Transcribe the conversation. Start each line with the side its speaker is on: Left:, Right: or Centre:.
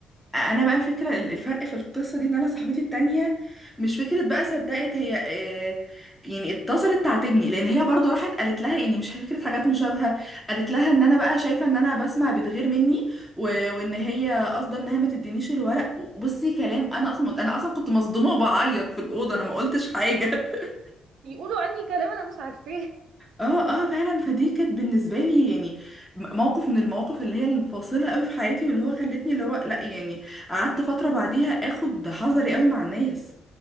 Centre: انا بقى الفكرة ال- الفرق في القصة دي ان انا صاحبتي التانية مش فكرة بقى صدقت هي آه، يعني اتصلت تعاتبني لان هي برضو راحت قالت لها يعني مش فكرة حاجات مشابهة قالت لها ان انا بقى شايفة ان انا بسمع بتغير مني و... وان هي قصده ان هي ما تدينيش الورق بصي كلام انا اصلا انا اصلا كنت مصدومة وبعيط في الأوضة انا ما قلتش حاجة <laughs>
Right: بيقولوا عني كلام انا مش عارفاه
Centre: اه اه فعلا فدي كانت بالنسبه لي يعني م- موقف من المواقف اللي هي الفاصله قوي في حياتي واللي هو خلتني اللي هو لا يعني قعدت فتره بعديها اخد حذري قوي مع الناس